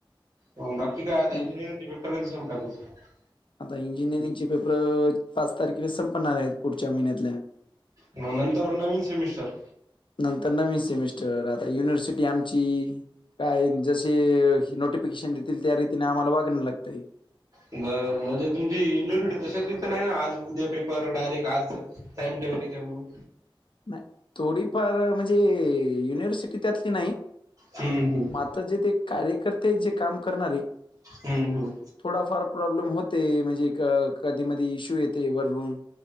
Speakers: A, on the right; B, on the left.
A: हो, बाकी काय आता इंजिनिअर
B: मग
A: <unintelligible>
B: आता इंजिनिअरिंगचे पेपर अ पाच तारखेला संपणार आहेत, पुढच्या महिन्यातल्या.
A: मंग नंतर नवीन सेमिस्टर.
B: नंतर नवीन सेमिस्टर आता युनिव्हर्सिटी आमची काय जसे अ नोटिफिकेशन देतील त्या रीतीने आम्हाला वागणं लागतंय.
A: म्हणजे, तुमची युनिव्हर्सिटी <unintelligible> नाही ना आज, उद्या पेपर डायरेक्ट आज टाईम टेबल येते म्हणून.
B: नाय, थोडीफार म्हणजे युनिव्हर्सिटी त्यातली नाही.
A: हम्म हम्म
B: मा जे ते कार्यकर्ते जे काम करणारे
A: हम्म, हम्म.
B: थोडाफार प्रॉब्लेम होतेय, म्हणजे कधी मधी इश्यू येते वरून.